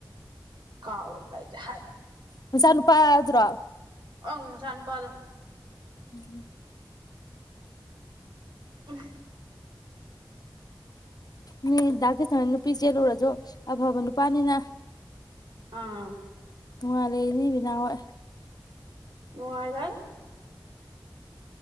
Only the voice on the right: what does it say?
ꯀꯥ ꯑꯣꯏꯗꯏꯖ ꯍꯥꯏꯗ
ꯑꯪ ꯃꯆꯥꯅꯨꯄꯥꯗꫭ
ꯎꯝ
ꯑꯥ
ꯅꯨꯡꯉꯥꯏ <unintelligible>